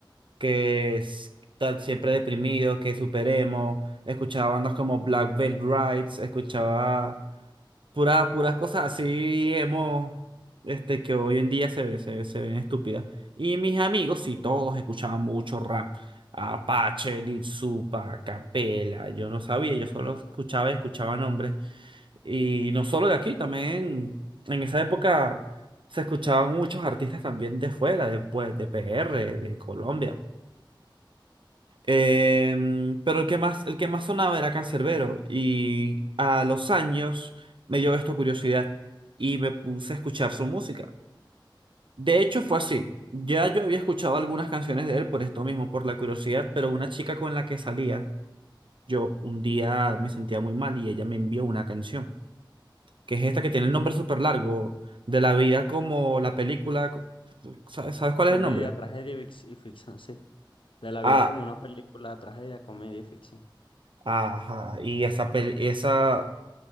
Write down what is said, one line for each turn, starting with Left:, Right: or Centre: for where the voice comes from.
Right: que es- están siempre deprimidos, que superemos. Escuchaba bandas como Black Veil Brides, escuchaba pura, puras cosas así emo, este, que hoy en día se ve, se, se ven estúpidas. Y mis amigos, sí, todos escuchaban mucho rap. Apache, Lil Supa, Capela, yo no sabía, yo solo escuchaba y escuchaba nombres. Y no solo de aquí, también en esa época se escuchaban muchos artistas también de fuera, de, pues, de PR, de Colombia. Em, pero el que más, el que más sonaba era Canserbero Y a los años me dio esto curiosidad y me puse a escuchar su música. De hecho, fue así. Ya yo había escuchado algunas canciones de él por esto mismo, por la curiosidad, pero una chica con la que salía, yo un día me sentía muy mal y ella me envió una canción. que es esta que tiene el nombre súper largo, de la vida como la película. co- ¿Sabes, sabes cuál
Left: Comedia,
Right: es el nombre?
Left: tragedia y fic- y ficción, sí. De la
Right: Ah,
Left: vida como una película, tragedia, comedia y ficción.
Right: ajá. Y esa, pel- esa,